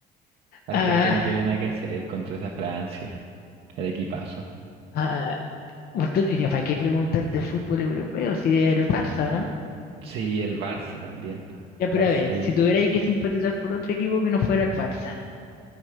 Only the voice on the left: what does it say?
Ah,
ah, entonces, ya, ¿para qué preguntarte el fútbol europeo si es el Barça,
Ya, pero
a ver,
si tuvierais que simpatizar por otro equipo que no fuera el Barça.